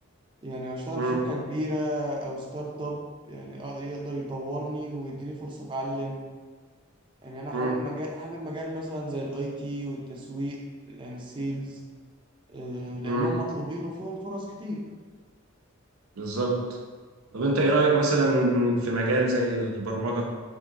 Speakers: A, on the right (about 25°); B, on the right (about 85°).
A: يعني اشتغل
B: مم.
A: في شركة كبيرة او ستارت اب يعني آه، يقدر يطورني ويديني فرصة اتعلم يعني انا حابب
B: مم.
A: مجال حابب مجال مثلا زي الاي تي والتسويق يعني السيلز آه، لانهم
B: مم.
A: مطلوبين وفيهم فرص كتير
B: بالظبط طب انت ايه رأيك مثلا في مجال زي البرمجة